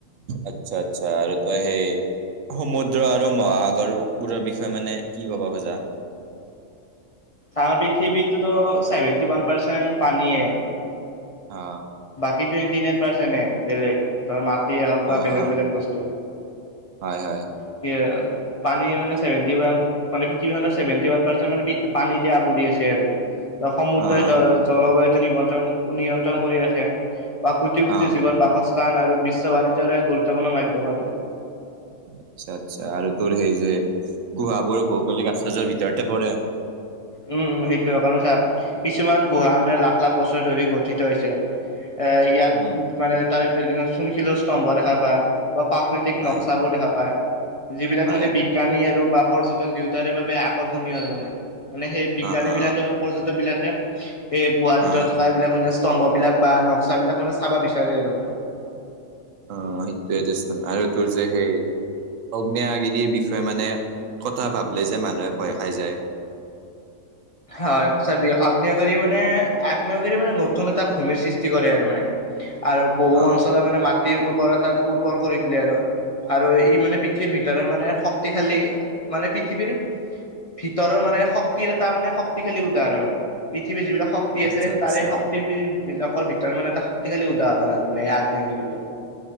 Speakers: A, on the right; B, on the left.
A: আচ্ছা আচ্ছা আৰু তই সেই সমুদ্ৰ আৰু মহাসাগৰবোৰৰ বিষয়ে মানে কি ক'বা খোজা?
B: চা পৃথিৱীতোতো ছেভেনটি ওৱান পাৰ্চেণ্ট পানীয়ে
A: অ
B: বাকী টুৱেন্টি নাইন পাৰ্চেন্ত হে বেলেগ ধৰ মা টিৱে হওঁক
A: অ',
B: বা বেলেগ
A: অ',
B: বেলেগ বস্তু।
A: হয় হয়
B: কি পানী মানে সেৱেণ্টি ওৱান, মানে পৃথিৱীখনত সেৱেণ্টি ওৱান পানী দি আৱৰি আছে আৰু সমুদ্ৰই
A: অ',
B: জ জলবায়ুটো নিমন্ত্ৰণ নিয়ন্ত্ৰণ কৰি ৰাখে। বা কোটি কোটি
A: অ'।
B: জীৱৰ বাসস্থান আৰু বিশ্ব বাণিজ্যৰ এক গুৰুত্বপূৰ্ণ মাধ্যম আৰু
A: আচ্ছা আচ্ছা আৰু তোৰ সেই যে গুহাবোৰো ভৌগোলিক আশ্চৰ্য্যৰ ভিতৰতে পৰে।
B: উম, উম সেইটোৱে কাৰণ চা কিছুমান গুহা মানে লাখ-লাখ বছৰ ধৰি গঠিত হৈছে। এ ইয়াত
A: উম
B: মানে তাৰ ভিতৰত কিছুমান চূণশিলৰ স্তম্ভ দেখা পায়। বা প্ৰাকৃতিক
A: পায়
B: নক্সাবোৰ দেখা পায় যিবিলাক
A: পায়
B: মানে বিজ্ঞানী আৰু বা পৰ্যটক দুয়োটাৰে বাবে আকৰ্ষণীয় আৰু মানে মানে সেই বিজ্ঞানী
A: অ অ
B: বিলাকে বা পৰ্যটক বিলাকে এই গুহাৰ
A: অ
B: ভিতৰত থকা এইবিলাক মানে স্তম্ভ বিলাক বা নক্সা বিলাক মানে চাব বিচাৰে আৰু
A: অ', সেইটোৱে দেচোন আৰু তোৰ যে সেই আগ্নেয়গিৰিৰ বিষয়ে মানে কথা ভাবিল যে মানুহে ভয় খাই যায়। <inaudible>
B: হয় চাবি আগ্নেয়গিৰি মানে আগ্নেয়গিৰি মানে নতুন এটা ভূমিৰ সৃষ্টি কৰে আৰু মানে আৰু বহু
A: অ
B: অঞ্চলৰ মানে মাটিৰ উৰ্বৰতাত উৰ্বৰ কৰি দিলে আৰু আৰু ই মানে পৃথিৱীৰ ভিতৰত মানে শক্তিশালী, মানে পৃথিৱীৰ ভিতৰৰ মানে শক্তিৰ এটা মানে শক শক্তিশালী উদাহৰণ আৰু পৃথিৱীৰ যিবিলাক শক্তি
A: আচ্ছা
B: আছে
A: আচ্ছা
B: তাৰেই শক্তিবিলাকৰ ভিতৰ তাৰমানে এটা শক্তিশালী উদাহৰণ আৰু মানে আগ্নেয়গিৰিটো।